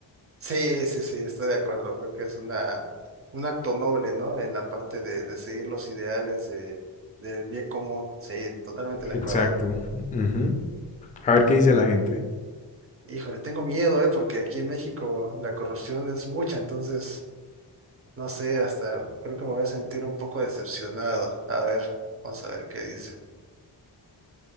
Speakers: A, on the right (about 30°); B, on the left (about 20°).
A: Sí, sí, sí, estoy de acuerdo. Creo que es una, un acto noble, ¿no? En la parte de, de seguir los ideales de, del bien común. Sí, totalmente de acuerdo.
B: Exacto. Ujú. A ver qué dice la gente.
A: Híjole, tengo miedo, ¿eh? Porque aquí en México la corrupción es mucha, entonces, no sé, hasta creo que me voy a sentir un poco decepcionado. A ver, vamos a ver qué dice.